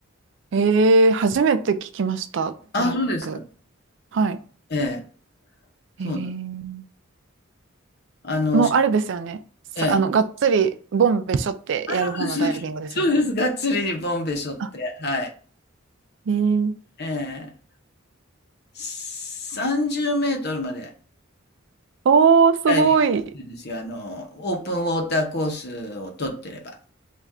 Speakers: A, on the right; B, on the left.
A: ええー、初めて聞きました、
B: あ、
A: トラック。
B: そうですか。
A: はい。
B: ええ、そうなん。
A: えー、
B: あの、
A: もうあれですよね。
B: し
A: さ、
B: ええ、
A: あの、がっつり、ボンベしょってやる方のダイビングですよね。
B: あ、そうです。<laughs> そうです。がっつりボンベ背負って、
A: あ、
B: はい。
A: えー、
B: ええ、30メートルまで
A: おー、すごい。
B: ダイビングするんですよ。あの、オープンウォーターコースを取ってれば。